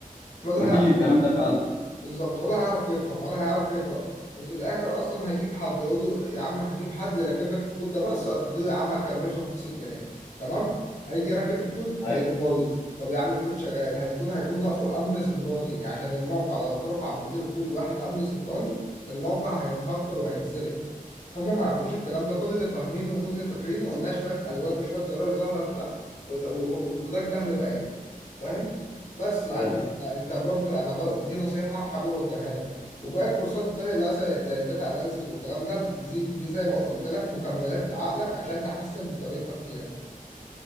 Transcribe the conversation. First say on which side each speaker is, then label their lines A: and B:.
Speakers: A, on the left (about 55°); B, on the left (about 25°).
A: ولا
B: مفيش
A: هيعمل
B: الكلام ده فعلا
A: بالظبط ولا هيعرف يفهم ولا هيعرف يقرأ وفي الآخر أصلا هيجيب حد يقول له يا عم هتجيب حد يركب لك الكود ده بس وهتديه يا عم هتكرمش له 50 جنيه تمام هيجي راكب الكود
B: ايوه
A: هيلاقيه بايظ طب يا عم الكود شغال هيكون هيكون ناقصه أمن سيبراني عشان الموقع لو اترفع من غير كود واحد أمن سيبراني الموقع هيتهكر وهيتسرق هما ما يعرفوش الكلام ده كل اللي فاهمينه وكل اللي فاكرينه إنها شوية ألوان وشوية زرار ظاهرة كده وده وده الجهل بعينه فاهم بس يعني
B: ايوه
A: أنا- انت برضو انا ب... دي نصيحة حابب اوجهها لك وباقي الكورسات التانية اللي هي زي زي الداتا اناليسز والكلام ده دي, دي زي ما قلت لك مكملات لعقلك عشان تحسن من طريقة تفكيرك